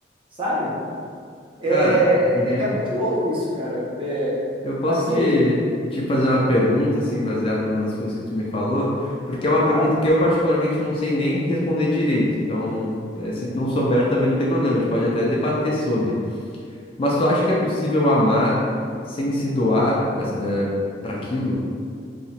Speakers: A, on the right; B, on the left.
A: sabe? É,
B: Cara, uhum.
A: é, é muito louco isso, cara. É,
B: eu posso
A: mas
B: te,
A: e aí?
B: te fazer uma pergunta, assim, baseada nas coisas que tu me falou, porque é uma
A: Claro,
B: pergunta que eu particularmente não sei nem responder direito. Então, eh, se tu não souber, também não tem problema, a gente pode até debater sobre. Mas tu acha que é possível amar sem se doar, para aquilo?